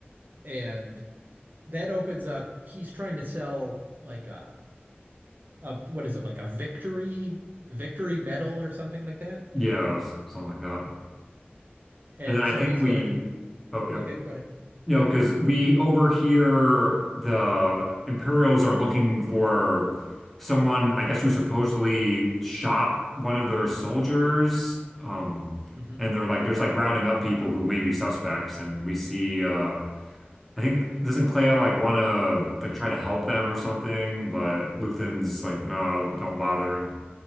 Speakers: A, on the right; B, in the centre.
A: and that opens up he's trying to sell like a, a what is it like a victory victory medal or something like that
B: yeah, s- something like that.
A: and
B: And then I
A: so
B: think
A: he's
B: we,
A: going to
B: oh yeah,
A: okay go ahead
B: You
A: no
B: know, because we over here, the Imperials are looking for someone, I guess, who supposedly shot one of their soldiers. Um,
A: hmm
B: and they're like, there's like rounding up people who may be suspects. And we see, uh, I think, doesn't Clea like want to like try to help them or something? But Luthen's like, no, don't bother.